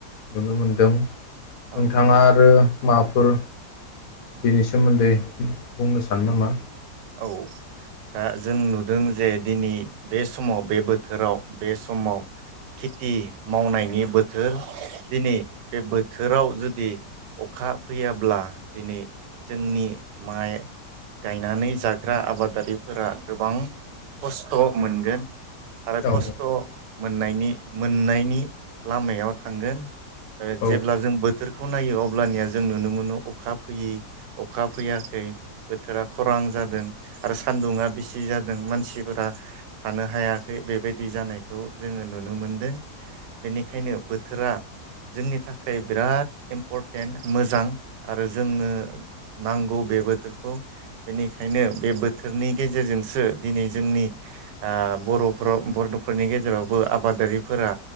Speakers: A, on the left; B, on the right.
A: नुनो मोनदों। नोंथांङा
B: औ
A: आरो माफोर बेनि स सोमोन्दै बुंनो सानो नामा?
B: औ दा जों नुदों जे दिनै बे समाव बे बोथोराव बे समाव खेति मावनायनि बोथोर दिनै बे बोथोराव जुदि अखा फैयाब्ला दिनै जोंनि माइ गायनानै जाग्रा आबादारिफोरा गोबां खस्थ' मोनगोन। आरो
A: औ
B: खस्थ' मोननायनि मोननायनि लामायाव थांगोन। ओ
A: औ
B: जेब्ला जों बोथोरखौ नायो अब ब्लानिया जों नुनो मोनो अखा फैयै अखा फैयाखै बोथोरा खरां जादों आरो सान्दुंआ बेसि जादों मानसिफोरा थानो हायाखै बेबायदि जानायखौ जोंङो नुनो मोनदों। बेनिखायनो बोथोरा जोंनि थाखाय बिराद इम्परटेन्ट मोजां आरो जोंनो नांगौ बे बोथोरखौ बेनि खायनो बे बोथोरनि गेजेरजोंसो दिनै जोंनि आ बर'फोराव-बर'फोरनि गेजेरावबो आबादारिफोरा